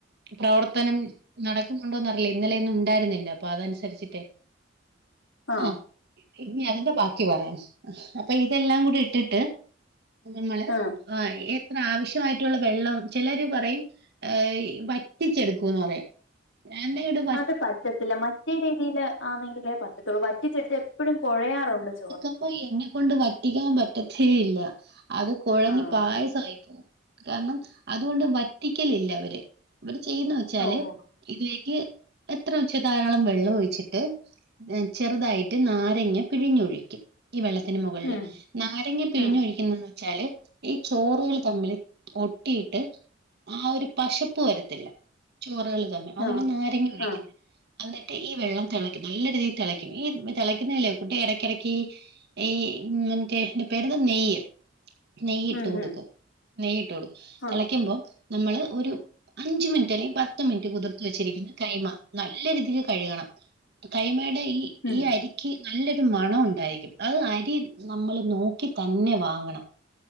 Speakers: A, on the right; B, on the left.
A: പ്രവർത്തനം നടക്കുന്നുണ്ടോന്ന അറില്ല ഇന്നലെൊന്നും ഉണ്ടായിരുന്നില്ല അപ്പൊ അതനുസരിച്ചിട്ടെ
B: ആ
A: ആഹ ഇനി അതിന്റെ ബാക്കി പറയാം അപ്പൊ ഇതെല്ലാം കൂടി ഇട്ടിട്ട് നമ്മള്
B: ആ
A: ആഹ എത്ര ആവശ്യമായിട്ടുള്ള വെള്ളം ചിലര് പറയും വറ്റിച്ചെടുക്കൂന്ന് പറയാം എന്താെും <unintelligible>
B: അത് പറ്റത്തില്ല മറ്റേ രീതിയിൽ ആണെങ്കിലേ പറ്റത്തുള്ളൂ വറ്റ ചെടുത്ത് എപ്പോഴും കുഴയാറുണ്ട് ചോറ്
A: ഓഹ് എന്നെ കൊൊണ്ട് വറ്റിക്കാൻ പറ്റത്തെ യില്ല അത് കുഴഞ്ഞഞ്
B: ആ
A: പായസമായിപ്പോവും
B: ആ
A: കാരണം അതുകൊണ്ട് വറ്റിക്കലില്ല അവര് ഇര് ചെയ്യുന്ന വെച്ചാല്
B: ഓഹോ
A: ഇതിലേക്ക് എത്ര ഉച്ച ധാരാളം വെള്ളം ഒഴിച്ചിട്ട് എഹ് ചെറുതായിട്ട് നാരങ്ങ പിഴിഞ്ഞൊഴിക്കും ഈ വെള്ളത്തിന് മുകളില്
B: ഉം
A: നാരങ്ങ പിഴിഞ്ഞൊഴിക്കുന്നന്ന്
B: ഉം
A: വെച്ചാല് ഈ ചോറുകൾ തമ്മിൽ ഒട്ടിയിട്ട് ആ ഒരു പശ ഉപ്പ് വരത്തില്ല ചോറുകള് തന്നെ അതന്ന
B: ആ
A: നാരങ്ങി ഒഴിക്കുന്നത്
B: ആ
A: എന്നിട്ട് ഈ വെള്ളം തിളക്കും നല്ല രീതിയിൽ തിളക്കും ഈ തിളക്കുന്നതിലെ കുട്ട് ഇടയ്ക്കിടയ്ക്ക് ഈ മറ്റേ ന്റെ പേര്ന്ത നെയ്യ് നെയ്യ് ഇട്ട്
B: ഉം
A: കൊടുക്കും
B: ഉം
A: നെയ്യ്ട്ട് കൊടു
B: ആ
A: തിളയ്ക്കുമ്പോ നമ്മള് ഒരു അഞ്ചു മിനിറ്റ് അല്ലെ പത്ത് മിനിറ്റ് കുതിർത്ത് വെച്ചിരിക്കുന്ന കൈമ നല്ല രീതിൽ കഴുകണം കൈമയുടെ ഈ
B: ഉം
A: ഈ അരി ക്ക് നല്ലൊരു മണ ഉണ്ടായിരിക്കും അത് അരി നമ്മള് നോക്കി തന്നെ വാങ്ങണം